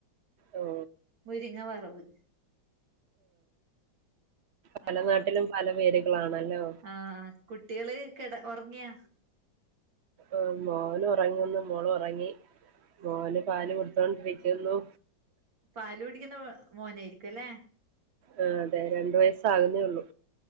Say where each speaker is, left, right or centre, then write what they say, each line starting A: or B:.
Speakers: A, on the right; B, on the right.
A: ഓ
B: മുരിങ്ങ വറവ്
A: പല
B: ആഹ്
A: നാട്ടിലും പല പേരുകളാണല്ലോ
B: ആഹ് കുട്ടികള് കട ഉറങ്ങിയാ
A: ആ മോന് ഉറങ്ങുന്നു മോള ഉറങ്ങി മോന് പാല്
B: അതെ
A: കൊടുത്തോണ്ടിരിക്കുന്നു
B: പാല് കുടിക്കുന്ന മോനായിയിരിക്കും അല്ലെ
A: ആ അതെ രണ്ട വയസ്സാകുന്നേ ഉള്ളൂ